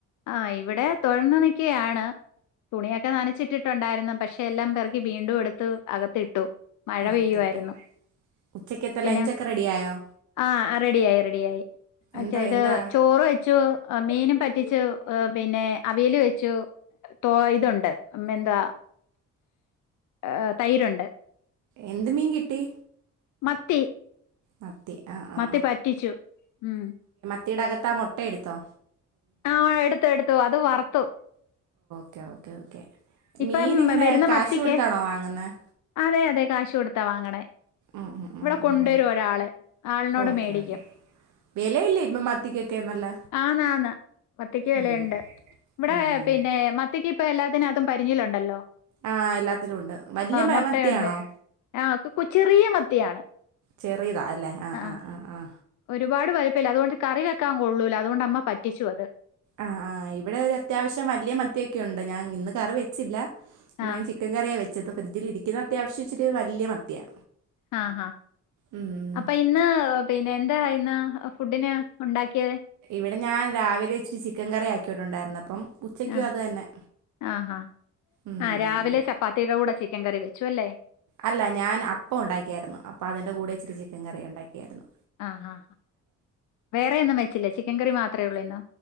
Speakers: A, on the left; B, on the right.
A: ആ ഇവിടെ തൊഴുന്ന് നിക്കയാണ് തുണിയൊക്കെ നനച്ചിട്ടിട്ടുണ്ടായിരുന്നു പക്ഷെ എല്ലാം പേറക്കി വീണ്ടും എടുത്ത് അകത്തിട്ടു. മഴ
B: അകത്തിട്ട്
A: പെയ്യുവായിരുന്നു.
B: ഉച്ചക്കത്തെ
A: പിന്നെ
B: ലഞ്ചൊക്കെ റെഡിയായോ
A: ആ റെഡിയായി റെഡിയായി അത്
B: എന്താ
A: ചെയിതു
B: എന്താ
A: ചോറ് വെച്ചു എ മീനും പറ്റ് പറ്റിച്ചു പിന്നെ അവിയൽ വെച്ചു തോ ഇതുണ്ട് എന്താ ആ തൈരുണ്ട്
B: എന്ത് മീൻ കിട്ടി
A: മത്തി
B: മത്തി ആ ആ
A: മത്തി പറ്റിച്ചു മ്മ്
B: മത്തീടകത്താ മോട്ടയെടുത്തോ
A: ആ എടുത്തു എടുത്തു അത് വറത്തു.
B: ഓക്കെ ഓക്കെ
A: ഇപ്പം
B: മീൻ ഇങ്ങനെ
A: വരുന്ന
B: കാശ്
A: മത്തിക്ക്
B: കൊടുത്താണോ വാങ്ങുന്നത്
A: അതെ അതെ കാശ് കൊടുത്താ വാങ്ങണേ
B: ഉം ഉം
A: ഇവിടെ
B: ഉം ഉം
A: കൊണ്ടുവരും
B: ഉം
A: ഒരാള് ആളിനോട്
B: ഓക്കെ
A: മേടിക്കും
B: ഓക്കെ വിലയില്ലേ ഇപ്പം മത്തിക്കൊക്കെ നല്ല
A: ആന്ന് ആന്ന് മത്തിക്ക് വിലുണ്ട്.
B: ഉം
A: ഇവിടെ
B: ഉം
A: പിന്നെ മത്തിക്ക് ഇപ്പ എല്ലാത്തിനാതും പരിഞ്ഞിലൊണ്ടല്ലോ
B: ആ എല്ലാത്തിലും ഉണ്ട് വല്ല്യ മേ
A: മുട്ടയുണ്ട്
B: മത്തിയാണോ?
A: ആഹ് കു ചെറിയ മത്തിയാണ്
B: ചെറിയതാ അല്ലെ ആ
A: ആഹ്
B: ആ ആ ആ
A: ഒരുപാട് വലപ്പല്ല അതുകൊണ്ട് കറി വെക്കാൻ കൊള്ളൂല അതുകൊണ്ട് അമ്മ പറ്റിച്ചു അത്.
B: ആ ആ ഇവിടെ ഒരു അത്യാവശ്യം വല്ല്യ മത്തിയൊകെയൊണ്ട് ഞാൻ ഇന്ന് കറി വെച്ചില്ല
A: ആഹ്
B: ഞാൻ ചിക്കൻ കറിയാ വെച്ചത് ഫ്രിഡ്ജിൽ ഇരിക്കുന്ന അത്യാ ആവശ്യ ഇച്ചിരി വല്ല്യ മത്തിയാ
A: ആ ആ
B: ഉം
A: അപ്പ ഇന്ന് പിന്നെ എന്താ ഇന്ന് ഫുഡിന് ഉണ്ടാക്കിയത്
B: ഇവിടെ ഞാൻ രാവിലെ ഇചിരി ചിക്കൻ കറി ആക്കീട്ടുണ്ടായിരുന്നു അപ്പം ഉച്ചയ്ക്കും
A: ആ
B: അത് തന്നെ
A: ആ
B: ഉം
A: ആ രാവിലെ ചപ്പാത്തീടെ കൂടെ ചിക്കൻ കറി വെച്ച് വെച്ചു അല്ലേ?
B: അല്ല ഞാൻ അപ്പം ഒണ്ടാക്കിയായിരുന്നു അപ്പൊ അതിന്റെ കൂടെ ഇച്ചിരി ചിക്കൻ കറി ഉണ്ടാക്കിയായിരുന്ന്.
A: ആ ആ വേറെ ഒന്നും വെച്ചില്ലേ ചിക്കൻ കറി മാത്രേയുള്ളൂ ഇന്ന്